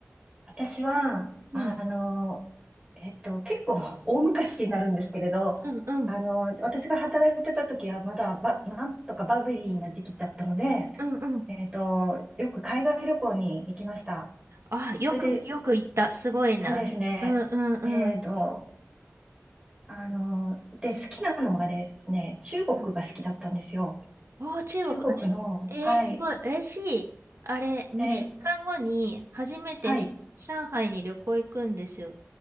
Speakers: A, on the right (about 20°); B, on the right (about 70°).
A: 私は、あの、
B: うん。
A: えっと、結構大昔になるんですけれど、
B: うんうん。
A: あの、私が働いてた時はまだば、なんとかバブリーな時期だったので、
B: うんうん。
A: えっと、よく海外旅行に行きました。
B: あ、よく、
A: それで、
B: よく行った。すごいな。
A: そうですね。
B: うんうんうん。
A: えっと、あの、で、好きなのがですね、中国が好きだったんですよ。
B: うん。おー、中国。
A: 中国の、
B: え、
A: はい。
B: えーすごい。嬉しい。あれ、2週間後に初めてし上海に旅行行くんですよ。
A: え、はい。